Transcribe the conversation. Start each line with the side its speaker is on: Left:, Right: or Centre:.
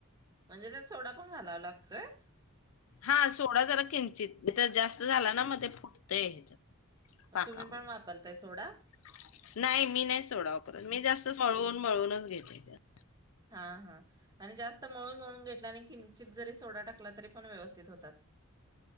Right: म्हणजे त्यात सोडा पण घालाव लागतोय
Left: हा सोडा जरा किंचित तर <unintelligible> जास्त झाला ना मग ते फुटतय पाका
Right: तुम्ही पण
Left: <unintelligible>
Right: वापरताय सोडा?
Left: नाही- मी -नाही सोडा वापरत मी जास्त'--' <unintelligible> मळून मळवूनच घेततायच्या
Right: हा हा आणि जास्त मळून मळून घेतला आणि किं '--''--' जरी सोडा टाकला तरी पण व्यवस्थित होतात